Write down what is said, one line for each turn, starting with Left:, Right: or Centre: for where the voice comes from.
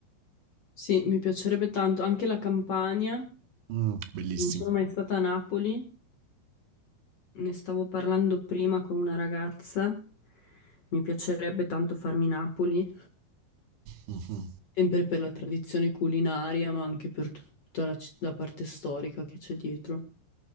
Left: Sì, mi piacerebbe tanto, anche la Campania.
Right: Mm, bellissimo.
Left: Non sono mai stata a Napoli, ne stavo parlando prima con una ragazza. Mi piacerebbe tanto farmi Napoli,
Right: Mhm.
Left: sempre per la tradizione culinaria, ma anche per tutta la, ci- la parte storica che c'è dietro.